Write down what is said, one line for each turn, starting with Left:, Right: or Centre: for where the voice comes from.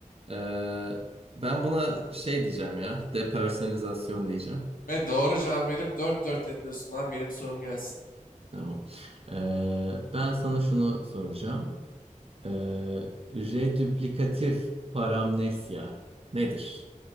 Right: Ee, ben buna şey diyeceğim ya. Depersonalizasyon diyeceğim.
Left: Ve doğru cevap verip 4-4 yapıyorsun abi. Benim sorum gelsin.
Right: Tamam. Ee, ben sana şunu soracağım. Ee, redüplikatif paramnesya nedir?